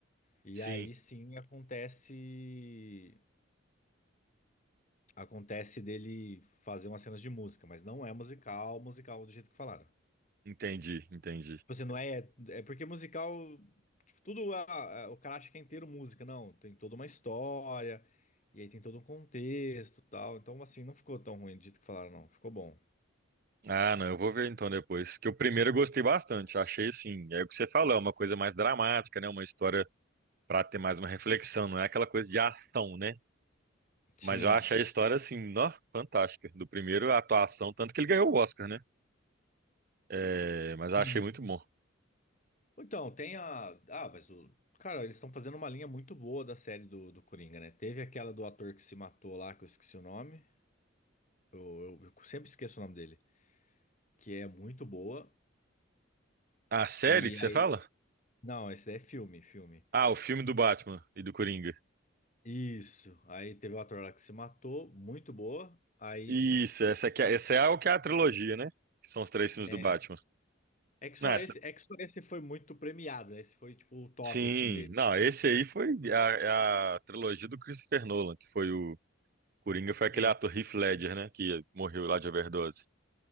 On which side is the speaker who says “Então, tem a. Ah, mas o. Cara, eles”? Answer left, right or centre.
Left